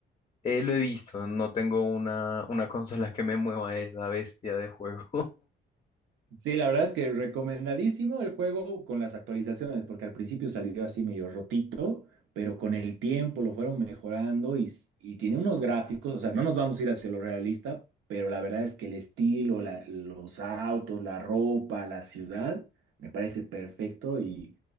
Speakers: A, on the left; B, on the right.
A: Eh, lo he visto, no tengo una, una consola que me mueva esa bestia de juego.
B: Sí, la verdad es que recomendadísimo el juego con las actualizaciones, porque al principio salió así medio rotito, pero con el tiempo lo fueron mejorando y, s- y tiene unos gráficos, o sea, no nos vamos a ir hacia lo realista, pero la verdad es que el estilo, la- los autos, la ropa, la ciudad, me parece perfecto y,